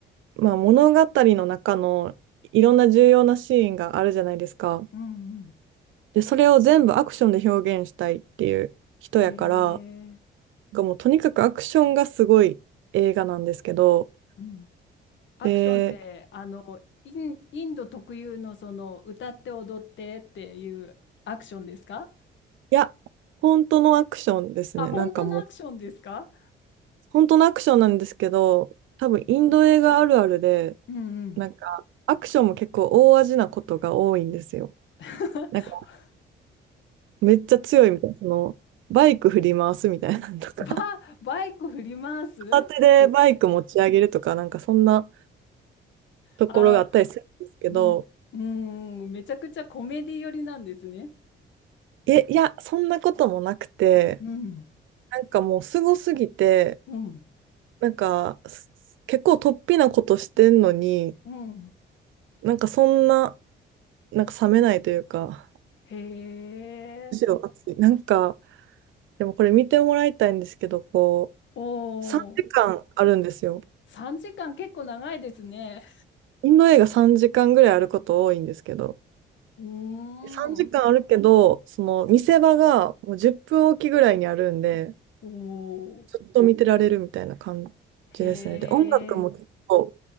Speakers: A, on the right; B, on the left.
A: まあ、物語の中のいろんな重要なシーンがあるじゃないですか。
B: うんうん。
A: で、それを全部アクションで表現したいっていう人やから、
B: へ
A: なん
B: え。
A: かもうとにかくアクションがすごい映画なんですけど、
B: うん、アクションって、
A: で、
B: あの、イン、インド特有のその歌って踊ってっていうアクションですか
A: いや、本当のアクションですね。
B: あ、本当のアクションですか
A: なんかもう、本当のアクションなんですけど、多分インド映画あるあるで、
B: うんうん
A: なんかアクションも結構大味なことが多いんですよ。
B: <laughs>
A: なんかめっちゃ強いみたいな、そのバイク振り回すみたいなのとか。
B: バ、バイク振り回す
A: 片手でバイク持ち上げるとか、なんかそんなところがあったりするんですけど、
B: あ、うん、うん、めちゃくちゃコメディ寄りなんですね。
A: え、いや、そんなこともなくて、
B: うん
A: なんかもうすごすぎて、
B: うん
A: なんかす結構突飛なことしてんのに、
B: うん
A: なんかそんな、なんか冷めないというか、
B: へえ、
A: むしろ熱い。なんか、でもこれ見てもらいたいんですけど、こう、
B: お
A: 3時間あるんですよ。
B: お、3時間結構長いですね。
A: インド映画3時間ぐらいあること多いんですけど、
B: うーん、
A: 3時間あるけど、その見せ場がもう10分おきぐらいにあるんで、
B: お
A: ずっと見てられるみたいな感
B: へ
A: じですね。で、音楽も結構
B: え。